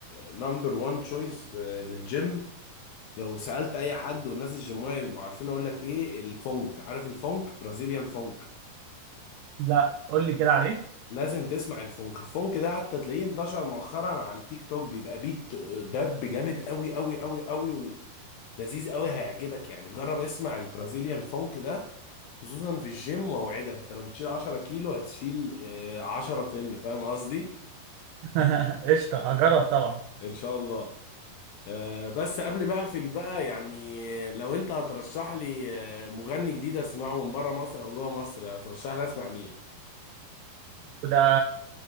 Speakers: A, on the left (about 80°); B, on the right (about 80°).
A: نمبر 1 تشويس للجيم لو سالت اي حد والناس الجيمويه يبقوا عارفين اقول لك ايه الفونك عارف الفونك برازيليان فونك
B: <laughs> لا قول لي كده عليه
A: لازم تسمع الفونك الفونك ده حتى تلاقيه انتشر مؤخرا على التيك توك بيبقى بيت دب جامد قوي قوي قوي قوي لذيذ قوي هيعجبك يعني جرب اسمع البرازيليان فونك ده خصوصا في الجيم واوعدك انت لو بتشيل 10 كيلو هتشيل آه، 10 طن فاهم قصدي
B: <laughs> قشطه هجرب طبعا
A: ان شاء الله آه، بس قبل ما اقفل بقى يعني لو انت هترشح لي آه، مغني جديد اسمعه من بره مصر او جوه مصر هترشح لي اسمع مين
B: وده